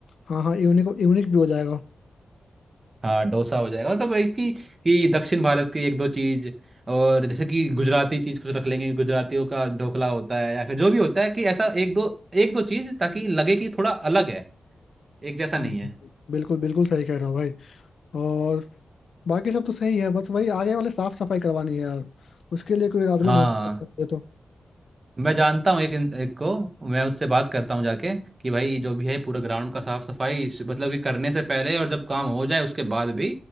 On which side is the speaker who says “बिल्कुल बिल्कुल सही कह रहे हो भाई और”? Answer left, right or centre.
Left